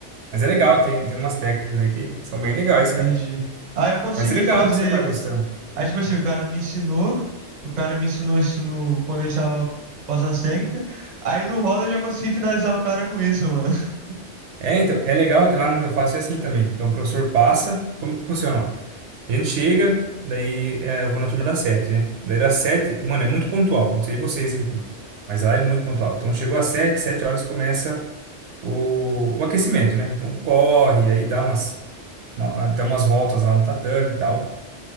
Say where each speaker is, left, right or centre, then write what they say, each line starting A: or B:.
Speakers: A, on the right; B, on the right.
A: Mas é legal, tem, tem umas técnicas aí que são bem legais,
B: Entendi.
A: cara.
B: Ah, eu consegui
A: Mas é legal
B: fazer
A: que você tá gostando.
B: Aí, tipo assim, o cara me ensinou, o cara me ensinou isso no, quando a gente tava passando as técnicas. Aí no roda eu já consegui finalizar o cara com isso, mano. <laughs>
A: É, então, é legal que lá onde eu faço é assim também. Então, o professor passa. Como que funciona lá? A gente chega, daí é, eu vou na turma das sete, né? Daí das sete, mano, é muito pontual. Não sei vocês aqui, mas lá é muito pontual. Então chegou às sete, sete horas começa o, o aquecimento, né? Então corre, aí dá umas, uma- dá umas voltas lá no tatame e tal.